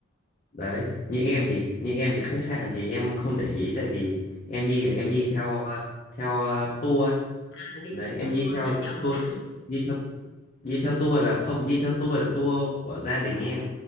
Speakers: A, on the left; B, on the left.
A: đấy, như em thì như em thì khách sạn thì em không để ý tại vì em đi là em đi theo ờ, theo ờ, tour ấy.
B: à, đi
A: Đấy,
B: theo tour
A: em đi theo
B: nó chọn sẵn
A: tour đi theo đi theo tour là không đi theo tour là tour của gia đình em